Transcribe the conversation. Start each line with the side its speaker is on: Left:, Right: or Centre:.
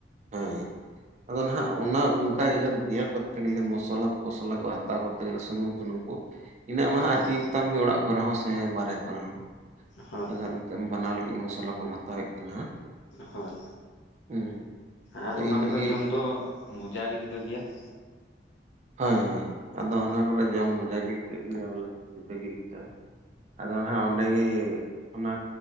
Right: ᱦᱮᱸᱻ ᱾ ᱟᱫᱚ ᱱᱟᱦᱟᱜ ᱚᱱᱟ ᱚᱝᱠᱟ ᱡᱟᱭᱜᱟ ᱵᱤᱭᱟᱨ ᱠᱚᱨᱛᱮ ᱜᱮᱞᱮ ᱢᱚᱥᱞᱟ ᱯᱚᱥᱞᱟ ᱠᱚ ᱦᱟᱛᱟᱣ ᱠᱚᱨᱛᱮ ᱜᱮᱞᱮ ᱥᱩᱱᱩᱢ ᱛᱩᱱᱩᱢ ᱠᱩ ᱤᱱᱟᱹᱜ ᱢᱟ ᱦᱟᱜ
Left: ᱦᱳᱭ
Right: ᱛᱤᱭᱟᱹᱜ ᱛᱟᱢ ᱜᱮ ᱚᱲᱟᱜ ᱠᱚᱨᱮ ᱦᱚᱸ ᱥᱮ ᱵᱟᱨᱦᱮ ᱠᱚᱨᱮ ᱦᱚᱸ ᱾
Left: ᱦᱳᱭ
Right: ᱟᱫᱚ ᱱᱤᱛᱚᱜ ᱮᱢ ᱵᱟᱱᱟᱣ ᱞᱟᱹᱜᱤᱫ ᱢᱚᱥᱞᱟ ᱠᱚᱢ ᱦᱟᱛᱟᱣᱮᱜ ᱠᱟᱱᱟᱦᱟ
Left: ᱦᱳᱭ
Right: ᱾ ᱦᱩᱸ
Left: ᱟᱨ
Right: ᱛᱚ
Left: ᱚᱱᱟ
Right: ᱤᱱᱟᱹᱜ
Left: ᱠᱚᱨᱮ
Right: ᱜᱮ
Left: ᱡᱚᱢ ᱫᱚ ᱢᱚᱡᱟ ᱜᱮ ᱡᱩᱫᱟᱹ ᱜᱮᱭᱟ ᱾
Right: ᱦᱳᱭ ᱦᱳᱭ ᱟᱫᱚ ᱚᱱᱟ ᱠᱚ ᱨᱮ ᱡᱚᱢ ᱢᱚᱡᱟ ᱟᱹᱠᱟᱹᱜ ᱜᱮᱭᱟ ᱵᱚᱞᱮ ᱡᱩᱫᱟᱹ ᱜᱮ ᱟᱹᱭᱠᱟᱹᱜᱼᱟ ᱟᱫᱚ ᱱᱟᱦᱟᱜ ᱚᱸᱰᱮ ᱜᱤ ᱚᱱᱟ